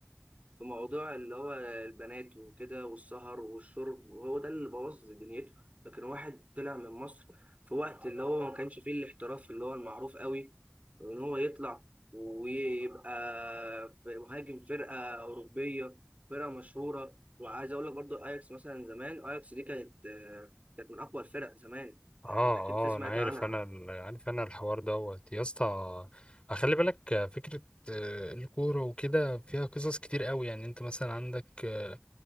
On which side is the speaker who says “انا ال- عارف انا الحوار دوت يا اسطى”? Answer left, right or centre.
Left